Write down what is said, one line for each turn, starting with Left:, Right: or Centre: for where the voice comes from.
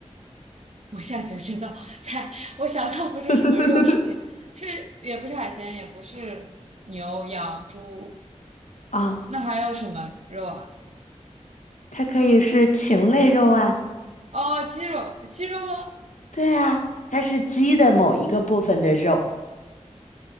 Right: 我现在觉得这道菜，我想象不出什么肉是甜，
Left: <laughs>
Right: 是也不是海鲜，也不是牛、羊、猪，
Left: 啊，
Right: 那还有什么肉啊？
Left: 它可以是禽类肉啊，
Right: 哦，鸡肉，鸡肉吗？
Left: 对啊，它是鸡的某一个部分的肉，